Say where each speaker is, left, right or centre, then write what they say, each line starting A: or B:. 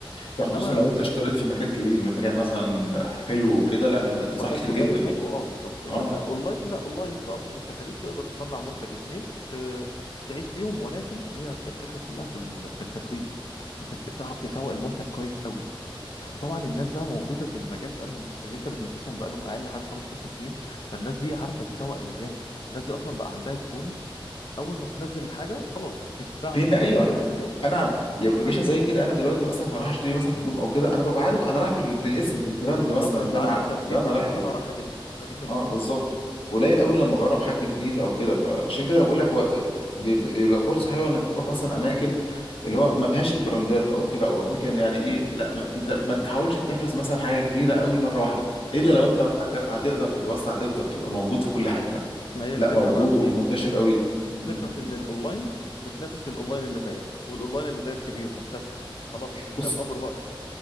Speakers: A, on the left; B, on the left.
A: ده
B: إنما
A: خصوصا لو انت اشتريت في مكان كبير مكان مثلا حلو وكده لا ده انت تدفع
B: مكان
A: كتير
B: تجاري
A: جدا
B: وحلو أه بالظبط إنما
A: اه
B: أونلاين لا أونلاين بأبسط التكاليف تقدر تصنع منتج اتنين ت... تعيش بيهم ولكن هي الفكرة كلها في ال... في التسويق أنت ت- تعرف تسوق المنتج كويس قوي وطبعا الناس بقى موجوده في المجال بقالهم اللي انت بتنافسهم بقالهم اقل حاجه خالص ست سنين فالناس دي عارفه تتسوق ازاي الناس دي اصلا بقى عندها زبون اول ما بتنزل الحاجه خلاص بتتباع
A: فينا
B: في,
A: ايوه
B: في
A: لا.
B: نفس اليوم
A: انا يا باشا زي كده انا دلوقتي مثلا هروح اشتري مثلا هدوم او كده انا ببقى عارف انا رايح بال- بالاسم بالبراند
B: بالظبط
A: مثلا
B: انت
A: ده
B: عارف
A: انا
B: انت بتجيب
A: ده انا
B: منين
A: رايح له
B: فانا رايح اجيب له اجيب منه
A: اه بالظبط قليل قوي لما اجرب حد جديد او كده فعشان كده
B: حصل
A: أنا بقول لك هو بيب- بيبقى فرصه حلوه انك تروح مثلا اماكن اللي هو ما فيهاش البراندات او كده او اماكن يعني ايه لا انت ما تحاولش تنافس مثلا حاجه كبيره قوي مره واحده الا
B: مظبوط
A: لو انت هت- هتقدر تتوسع هتقدر تبقى موجود في كل حته
B: ما هي
A: لا
B: الفكره
A: موجود
B: بقى في
A: ومنتشر
B: ايه
A: قوي
B: الفكره
A: مم.
B: في ان الاونلاين بتنافس الاونلاين اللي زيك والاونلاين اللي زيك كبير مكتسح فخلاص انت
A: بص
B: في امر واقع